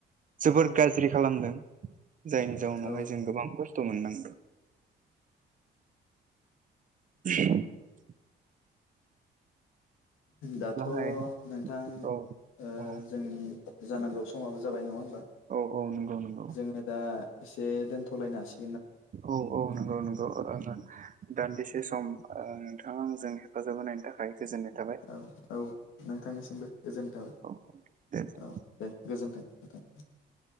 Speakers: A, on the right; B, on the left.
A: जोबोर गाज्रि खालामदों जायनि जाउनावहाय
B: औ
A: जों गोबां खस्थ' मोननां <inaudible>
B: दाथ'
A: गाहाय
B: नोंथां
A: औ
B: ओ
A: औ
B: जोंनि जानांगौ समाबो जाबाय नङा होन बा
A: औ औ नंगौ नंगौ
B: जोङो दा एसे दोनथ'लायना हासि
A: औ औ नंगौ नंगौ। अ नो दान्दिसे सम आ नोंथाङा आंजों हेफाजाब होनायनि थाखाय गोजोननाय थाबाय
B: औ औ नोंथांनिसिमबो गोजोनथाबाय
A: औ औ दे
B: औ दे गोजोन्थों।